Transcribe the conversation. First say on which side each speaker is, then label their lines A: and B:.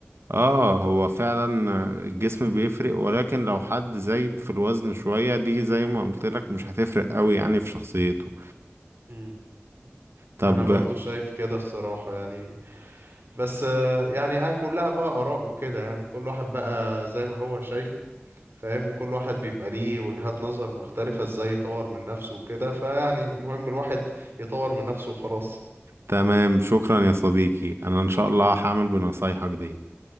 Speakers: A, on the right; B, on the right.
A: اه هو فعلا الجسم بيفرق ولكن لو حد زايد في الوزن شوية دي زي ما قلت لك مش هتفرق قوي يعني في شخصيته
B: مم.
A: طب
B: انا برضو
A: تمام
B: شايف كده الصراحة يعني بس آه، يعني انا كلها بقى اراء وكده يعني كل واحد بقى زي ما هو شايفه فاهم وكل واحد بيبقى ليه وجهات نظر مختلفة ازاي يطور من نفسه وكده فيعني المهم الواحد يطور من نفسه وخلاص
A: تمام شكرا يا صديقي انا ان شاء الله هعمل بنصايحك دي